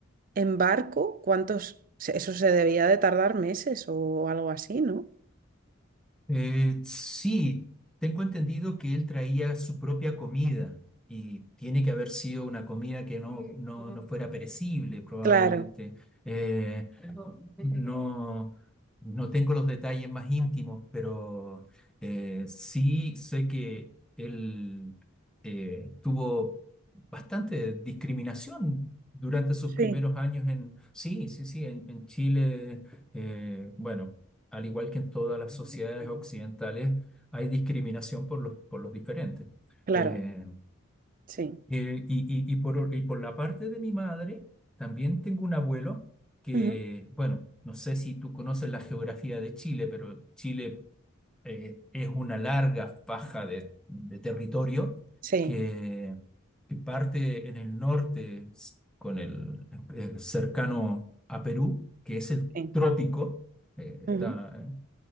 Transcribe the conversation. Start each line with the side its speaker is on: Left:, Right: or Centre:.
Right: en barco, ¿cuántos? se- Eso se debía de tardar meses o algo así, ¿no?
Centre: Eh, sí, tengo entendido que él traía su propia comida y tiene que haber sido una comida que no, no, no fuera perecible, probablemente.
Right: Claro,
Centre: Eh, no, no tengo los detalles más íntimos, pero eh, sí sé que él eh, tuvo bastante discriminación durante sus
Right: sí,
Centre: primeros años en, sí, sí, sí, en, en Chile. eh, bueno al igual que en todas las sociedades occidentales, hay discriminación por los, por los diferentes.
Right: claro,
Centre: Eh,
Right: sí.
Centre: eh, y, y- y por, y por la parte de mi madre, también tengo un abuelo que,
Right: Ujú.
Centre: bueno, no sé si tú conoces la geografía de Chile, pero Chile eh, es una larga faja de, de territorio
Right: Sí,
Centre: que, que parte en el norte s- con el, eh, cercano a Perú, que es el
Right: sí,
Centre: trópico. eh, está
Right: ujú,
Centre: eh,